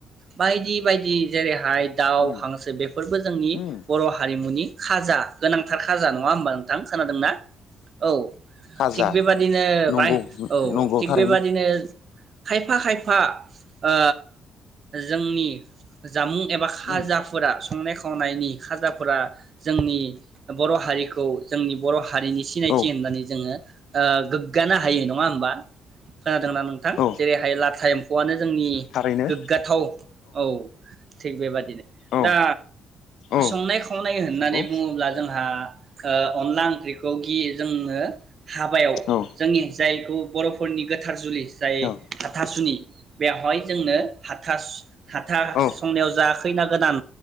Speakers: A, on the right (about 50°); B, on the left (about 75°).
A: बायदि बायदि जेरै हाइ दाउ
B: उम
A: हांसो बेफोरबो जोंनि
B: उम
A: बर हारिमुनि खाजा गोनांथार खाजा नङा होमबा नोंथां खोनादोंना औ
B: खाजा
A: थिग बेबादिनो
B: नंगौ
A: बाय औ
B: नंगौ
A: थिग
B: थारैनो
A: बेबादिनो खायफा खायफा ओ जोंनि जामुं एबा खाजाफोरा।
B: उम
A: संनाय खावनायनि खाजाफ्रा जोंनि बर' हारिखौ जोंनि बर' हारिनि सिनायथि
B: औ
A: होननानै जोङो आ गोग्गानो हायो नङा होमबा खोनादोंना नोंथां?
B: औ
A: जेरैहाय लाथा इम अयानो जोंनि
B: थारैनो
A: गोग्गाथाव औ सेख बेबायादिनो।
B: औ
A: दा
B: औ
A: संनाय खावनाय होननानै
B: नंगौ
A: बुङोब्ला आ ओ अनला ओंख्रिखौ गियो जोंनो हाबायाव
B: औ
A: जोंनि जायखौ बरफोरनि गोथार जुलि जाय
B: औ
A: था था सुनि बेहइ जोंनो हाथास हाथार
B: औ
A: संनायाव जा खैना गोदान